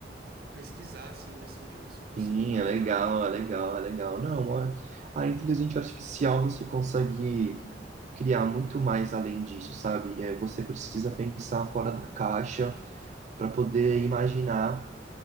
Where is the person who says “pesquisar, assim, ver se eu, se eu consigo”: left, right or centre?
Right